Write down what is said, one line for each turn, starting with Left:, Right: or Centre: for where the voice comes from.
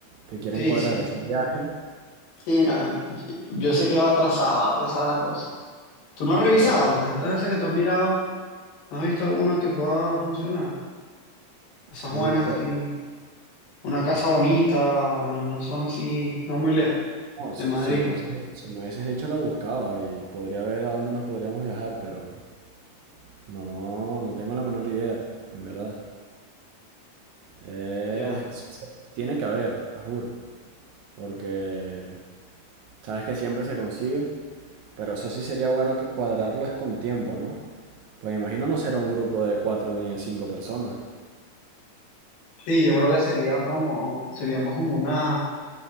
Right: que quieren
Left: Sí,
Right: cuadrar
Left: sí,
Right: ese viaje,
Left: sí, no, Yo yo sé que va atrasado, va atrasada la cosa. ¿Tú no has revisado?
Right: pero
Left: Estas veces que tú has mirado, ¿no has visto alguna que pueda funcionar? Esas
Right: algún
Left: buenas
Right: que...
Left: así, una casa bonita, en alguna zona así, no muy lejos,
Right: No, si,
Left: de Madrid,
Right: si me
Left: pues.
Right: hubieses, si me hubieses dicho la buscaba y podría ver a dónde nos podríamos viajar, pero no, no tengo la menor idea, en verdad. Eh,
Left: Ya.
Right: se- se- tiene que haber, a juro. Porque Sabes que siempre se consigue, pero eso sí sería bueno que cuadrarlo es con tiempo, ¿no? Pues imagino no será un grupo de cuatro ni de cinco personas.
Left: Sí, yo creo que serían como, seríamos como unas